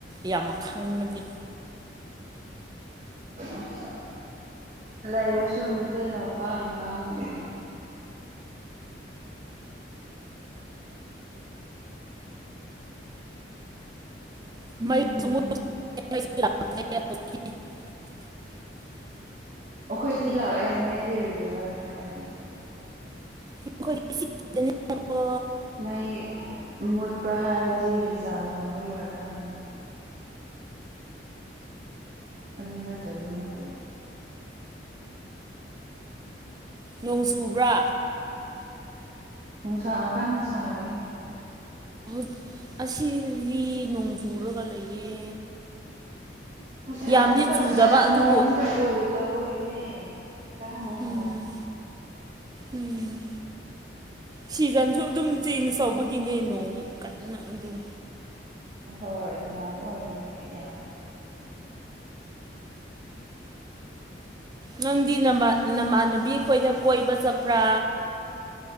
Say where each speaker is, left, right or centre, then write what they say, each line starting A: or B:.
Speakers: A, on the right; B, on the right.
A: ꯌꯥꯝꯅ ꯈꯪꯒꯅꯤ
B: ꯑꯁ ꯂꯩꯥꯏꯔ ꯆꯃꯤꯇꯂꯣꯄꯉꯪꯕꯤꯔ
A: <inaudible>
B: ꯎꯝ ꯑꯩꯈꯣꯏꯗꯤ ꯂꯥꯛꯑꯦ ꯃꯩꯗꯤ ꯔꯤꯒꯨꯂꯔꯅꯦ ꯑꯩꯈꯣꯏꯅꯤ
A: ꯑꯈꯣꯏ ꯁꯤꯗ ꯀꯣ
B: ꯃꯩ ꯃꯨꯠꯄ ꯍꯥꯏꯔꯗꯤ ꯔꯤꯆꯥꯔꯖꯀꯨꯝꯕ ꯂꯣꯏꯔꯀꯥꯟꯗ ꯃꯨꯠꯄ ꯑꯗꯨ ꯅꯠꯇ꯭ꯔꯒ ꯃꯨꯠꯇꯤ
A: ꯅꯣꯡ ꯆꯨꯕ꯭ꯔꯥ
B: ꯍ ꯁꯥ ꯀꯟꯅ ꯁꯥꯔꯦ
A: ꯍꯧꯖꯤꯛ ꯑꯁꯤꯗꯤ ꯅꯣꯡ ꯆꯨꯔꯒ ꯂꯩꯌꯦ
B: ꯑ
A: ꯌꯥꯝꯗꯤ
B: ꯑꯃꯨꯛꯀ
A: ꯆꯨꯗꯕ
B: ꯁꯥꯠꯅꯣ
A: ꯑꯗꯨꯕꯨ
B: ꯑꯃꯨꯛꯀ ꯆ ꯇꯧꯕꯒꯤꯅꯦ ꯀꯅꯅꯨꯡꯉꯥꯏꯗꯔꯤꯁꯦ
A: ꯎꯝ ꯎꯝ ꯁꯤꯖꯟꯁꯨ ꯑꯗꯨꯝ ꯆꯦꯟꯖ ꯇꯧꯕꯒꯤꯅꯦ ꯅꯣꯡ ꯀꯟꯅ ꯑꯗꯨꯝ
B: ꯍꯣꯏ ꯑꯗꯨꯃꯥꯏꯅ ꯑꯣꯏꯕꯒꯤ ꯌꯥꯗꯦ
A: ꯅꯪꯗꯤ ꯅꯃꯥꯟꯅꯕꯤ ꯈꯣꯏꯗ ꯀꯣꯏꯕ ꯆꯠꯄ꯭ꯔꯥ